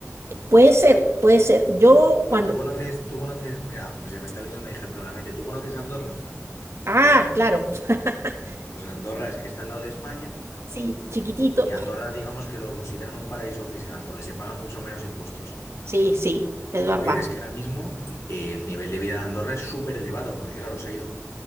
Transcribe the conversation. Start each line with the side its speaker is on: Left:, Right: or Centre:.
Right: Puede ser, puede ser. Yo
Left: Bueno,
Right: cuando...
Left: tú conoces, tú conoces, mira, se me está viniendo un ejemplo a la mente. ¿Tú conoces Andorra?
Right: Ah, claro. <laughs>
Left: Pues Andorra es que está al lado de España
Right: Sí, chiquitito,
Left: y Andorra, digamos que lo consideran un paraíso fiscal porque se pagan mucho menos impuestos.
Right: Sí, sí, es verdad.
Left: Pero es que ahora mismo y- el nivel de vida de Andorra es súper elevado porque, claro, se ha ido.